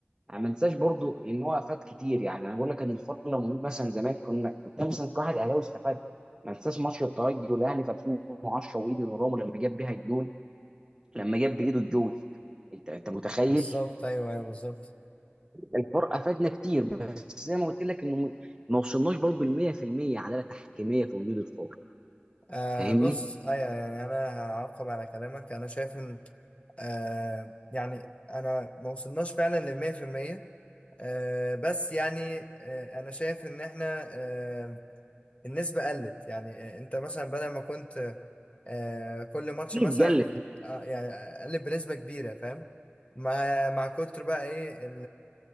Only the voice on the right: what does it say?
يعني ما انساش برضو ان هو افاد كتير يعني انا بقول لك ان الفرق لو موجود مثلا زمان كنا كنت مثلا كواحد اهلاوي استفاد ما انساش ماتش الترجي والاهلي في 2010 وايدي نورامو لما جاب بيها الجون لما جاب بايده الجون انت انت متخيل
الفرق افادنا كتير بس زي ما قلت لك انه م- ما وصلناش برضو ل 100% عداله تحكيميه في وجود الفار
فاهمني؟
دي
اتقلت